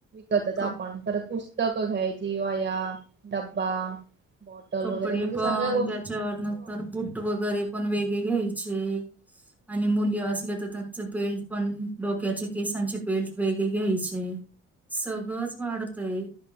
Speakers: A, on the right; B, in the centre.
A: शिकतच
B: कप
A: आपण. परत पुस्तक घ्यायची, वया, डब्बा बॉटल
B: कपडेपण,
A: वगैरे म्हणजे सगळ्या गोष्टी
B: त्याच्यावर नंतर
A: हो.
B: बूट वगैरे पण वेगळे घ्यायचे. आणि मुली असल्या, तर त्यांचं बेल्टपण डोक्याच्या केसांचे बेल्ट वेगळे घ्यायचे. सगळंच
A: म्हणजे
B: वाढतय.